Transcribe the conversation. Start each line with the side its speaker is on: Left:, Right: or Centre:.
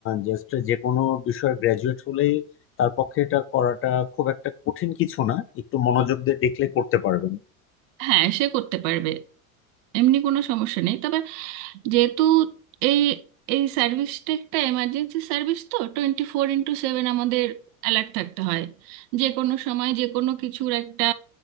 Left: জাস্ট যে কোনো বিষয়ে গ্রাজুয়েট হলেই তার পক্ষে এটা করাটা খুব একটা কঠিন কিছু না একটু মনোযোগ দিয়ে দেখলে করতে পারবেন
Right: হ্যাঁ সে করতে পারবে এমনি কোনো সমস্যা নেই তবে যেহেতু এই এই সার্ভিসটা একটা এমার্জেন্সি সার্ভিস তো টোয়েন্টি ফোর ইন্টু সেভেন আমাদের অ্যালার্ট থাকতে হয় যে কোনো সময় যে কোনো কিছুর একটা